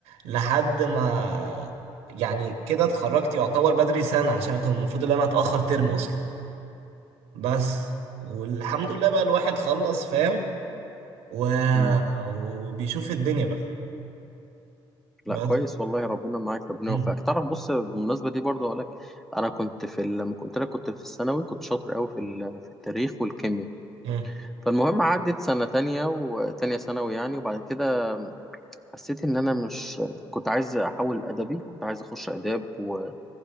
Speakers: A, on the right (about 85°); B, in the centre.
A: لحد ما يعني كده اتخرجت يعتبر بدري سنة عشان كان المفروض ان انا اتأخر ترم اصلا بس والحمد لله بقى الواحد خلص فاهم و...
B: مم.
A: وبيشوف الدنيا بقى
B: لا
A: بس
B: كويس والله ربنا معاك ربنا
A: مم.
B: يوفقك تعرف بص بالمناسبه دي برضه اقول لك انا كنت في ال- لما قلت لك كنت في الثانوي كنت شاطر قوي في ال- في التاريخ والكيمياء
A: مم.
B: فالمهم عدت سنه تانية وتانية ثانوي يعني وبعد كده حسيت ان انا مش كنت عايز احول ادبي كنت عايز اخش اداب و...